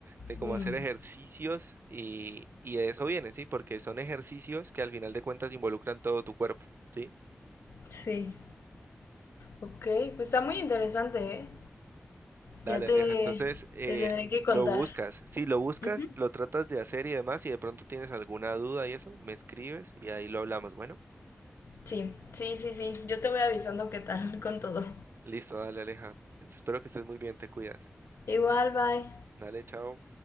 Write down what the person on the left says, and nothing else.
Mm,
sí, ok, pues está muy interesante, ¿eh?
Ya te,
te tendré que contar.
Ujú.
Sí, sí, sí, sí, yo te voy avisando qué tal con todo.
Igual, bye.